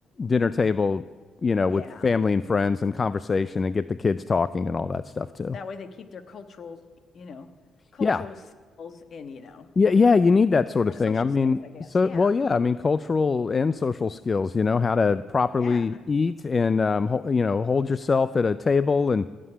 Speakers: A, on the left (about 30°); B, on the left (about 55°).
A: dinner table, you know,
B: Yeah.
A: with family and friends and conversation and get the kids talking and all that stuff too.
B: That way they keep their cultural, you know, cultural
A: Yeah.
B: skills in, you know,
A: Yeah, yeah, you need that sort of
B: or social
A: thing. I mean,
B: skills, I guess.
A: so
B: Yeah.
A: well, yeah, I mean, cultural and social skills, you know, how to properly
B: Yeah.
A: eat and um, ho you know, hold yourself at a table and